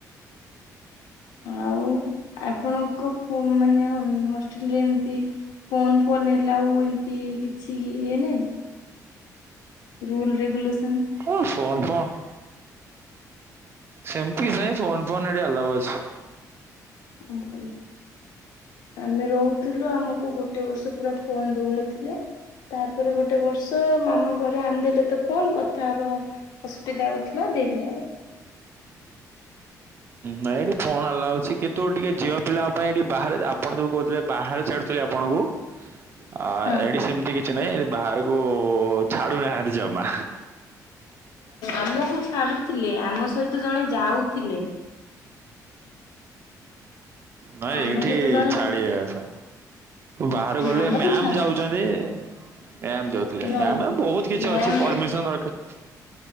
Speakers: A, on the left; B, on the right.
A: ଆଉ, ଆପଣଙ୍କ, ମାନେ ହଷ୍ଟେଲରେ ଏମତି ଫୋନ୍ ଫୋନ୍ ଏଲାଉ ଏମିତି ଇ କିଛି ଇଏ ନାଇଁ। Rule regulation.
B: ଓ ଫୋନ୍ ଫୋନ୍ ସେମ୍ ତି ନାଇଁ। ଫୋନ୍ ଫୋନ୍ ଏଠି ଆଲାଉ ଅଛି।
A: ଆମ୍ ପଳିଆ। ଆମେ ରହୁଥିଲୁ, ଆମକୁ ଗୋଟେ ବର୍ଷ ପୁରା ଫୋନ୍ ଦଉନଥିଲେ। ତାପରେ ଗୋଟେ ବର୍ଷ ମାମା ଘରେ ଆଣିଦେଲେ ତ ଫୋନ୍ କଥା ହବା ଅସୁବିଧା ହଉଥିଲା। ଦେଇଥିଲେ ଆଉଁ।
B: ନାଇଁ ଏଇଠି ଫୋନ୍ ଆଲାଉ ଅଛି। କିନ୍ତୁ ଟିକେ ଝିଅ ପିଲାଙ୍କ ପାଇଁ ଏଠି ବାହାରେ ଆପଣ ଯୋଉ କହୁଥିଲେ, ବାହାରେ ଛାୁଡୁଥିଲେ ଆପଣ କୁ, ଅ
A: ହଁ
B: ଏଇଠି ସେମିତି କିଛି ନାହିଁ। ବାହାରକୁ ଛାଡୁନାହାଁନ୍ତି ଜମା।
A: ଆମକୁ ଛାଡୁଥିଲେ। ଆମ ସହିତ ଜଣେ ଯାଉଥିଲେ।
B: ନାଇଁ
A: ଆମ
B: ଏଠି
A: ସହିତ ଜଣେ
B: ଛାଡ଼ି ଆ ଛ ବାହାରୁ ଗଲେ
A: ଆମକୁ
B: ମ୍ୟାମ
A: ଛାଡୁଥିଲେ
B: ଯାଉଛନ୍ତି-ଇ। ମ୍ୟାମ ଯାଉଥିଲେ।
A: ନାଇଁ
B: ମ୍ୟାମ୍ ଏଇ ବହୁତ କିଛି
A: ମ୍ୟାମ
B: ଅଛି, ପରମିସନ୍ ଦରକାର।